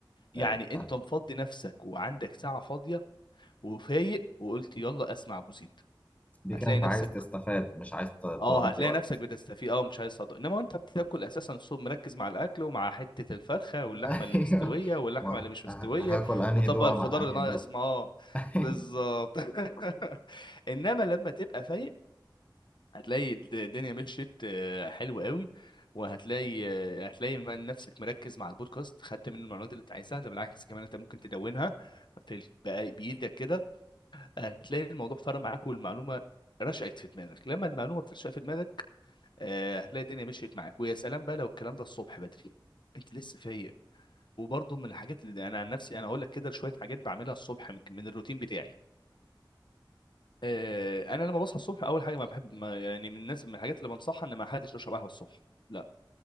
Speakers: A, on the left; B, on the left.
A: يعني
B: ايوه
A: انت
B: فعلا.
A: مفضي نفسك وعندك ساعه فاضيه وفايق وقلت يلا اسمع ابو زيد
B: دي
A: هتلاقي
B: كانت
A: نفسك
B: عايز تستفاد مش عايز ت- تقضي
A: اه هتلاقي
B: وقت
A: نفسك بتستفيد اه مش هيصدق انما وانت بتاكل اساسا صوم مركز مع الاكل ومع حته الفرخه
B: <laughs>
A: واللحمه اللي
B: ايوه
A: مستويه واللحمه
B: وهاكل
A: اللي مش مستويه
B: انهي
A: وطبق
B: دوقه
A: الخضار
B: مع انهي
A: اللي ناقص
B: دوقه
A: معاه
B: <laughs>
A: بالظبط <laughs> انما لما تبقى فايق هتلاقي الد- الدنيا مشيت آه، حلو قوي وهتلاقي آه، هتلاقي من نفسك مركز مع البودكاست خدت منه المعلومات اللي انت عايزها ده بالعكس كمان انت ممكن تدونها في ال- بقى بايدك كده هتلاقي الموضوع فرق معاك والمعلومه رشقت في دماغك لما المعلومه بترشق في دماغك آه، هتلاقي الدنيا مشيت معاك ويا سلام بقى لو الكلام ده الصبح بدري انت لسه فايق وبرضه من الحاجات اللي انا عن نفسي انا اقول لك كده شويه حاجات بعملها الصبح من من الروتين بتاعي آه، انا لما بصحى الصبح اول حاجه ما بحب ما يعني من الناس من الحاجات اللي بنصحها ان ما حدش يشرب قهوه الصبح لا